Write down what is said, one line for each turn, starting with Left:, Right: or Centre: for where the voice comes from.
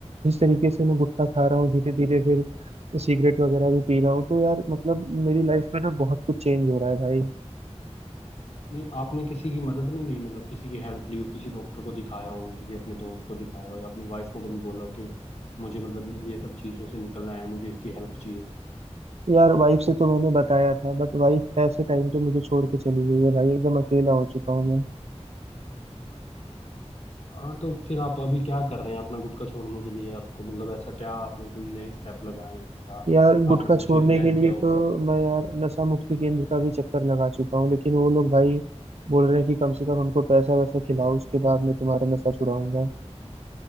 Right: जिस तरीके से मैं गुटखा खा रहा हूँ धीरे धीरे फिर सिगरेट वगैरह भी पी रहा हूँ तो यार मतलब मेरी लाइफ में ना बहुत कुछ चेंज हो रहा है भाई
Left: नहीं आपने किसी की मदद नहीं ली मतलब किसी की हेल्प ली हो किसी डॉक्टर को दिखाया हो किसी अपने दोस्त को दिखाया हो या अपनी वाइफ को कभी बोला हो कि मुझे मतलब ये सब चीज़ों से निकलना है मुझे इसकी हेल्प चाहिए
Right: यार वाइफ से तो मैंने बताया था बट वाइफ ऐसे टाइम पे मुझे छोड़ के चली गई है भाई एकदम अकेला हो चुका हूँ मैं
Left: हाँ तो फिर आप अभी क्या कर रहे हैं अपना गुटखा छोड़ने के लिए आपको मतलब ऐसा क्या आपने कोई नए स्टेप लगाए हैं या
Right: यार गुटखा
Left: आपने कुछ
Right: छोड़ने
Left: ये प्लान
Right: के लिए
Left: किया होगा
Right: तो मैं यार नशा मुक्ति केंद्र का भी चक्कर लगा चुका हूँ लेकिन वो लोग भाई बोल रहे हैं कि कम से कम हमको पैसा वैसा खिलाओ उसके बाद मैं तुम्हारा नशा छुड़ाऊंगा